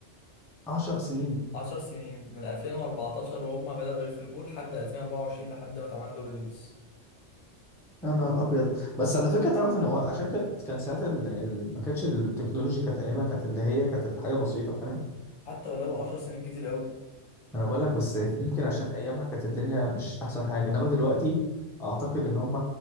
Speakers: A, in the centre; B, on the left.
A: عشر سنين
B: عشر سنين من 2014 وهم بدأوا يخرجوه لحد 2024 لحد ما اتعمل له ريليس
A: يا نهار ابيض بس على فكره تعرف ان هو عشان كانت كان ساعتها ال... ال... ما كانتش التكنولوجيا كانت ايامها كانت اللي هي كانت الحاجه بسيطه فاهم
B: حتى ولو عشر سنين كتير قوي
A: انا بقول لك بس يمكن
B: مم.
A: عشان ايامها كانت الدنيا مش احسن حاجه انما دلوقتي اعتقد ان هم